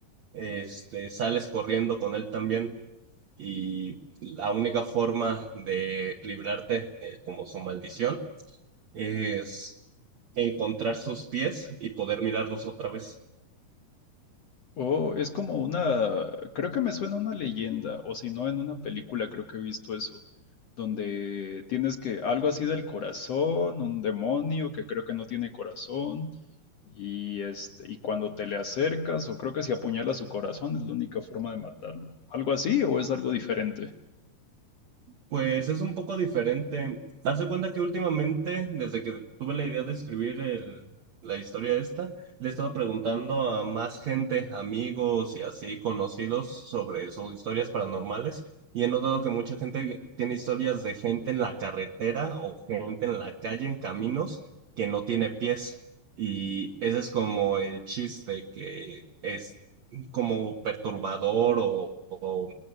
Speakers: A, on the right; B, on the left.
A: este, sales corriendo con él también y la única forma de librarte de como su maldición es encontrar sus pies y poder mirarlos otra vez.
B: Oh, es como una, creo que me suena una leyenda, o si no, en una película creo que he visto eso, donde tienes que, algo así del corazón, un demonio que creo que no tiene corazón, y este, y cuando te le acercas, o creo que si apuñalas su corazón es la única forma de matarlo. ¿Algo así o es algo diferente?
A: Pues es un poco diferente. Haz de cuenta que últimamente, desde que tuve la idea de escribir el, la historia esta, le he estado preguntando a más gente, amigos y así conocidos sobre sus historias paranormales y he notado que mucha gente tiene historias de gente en la carretera o gente en la calle, en caminos, que no tiene pies. Y ese es como el chiste que es como perturbador o... o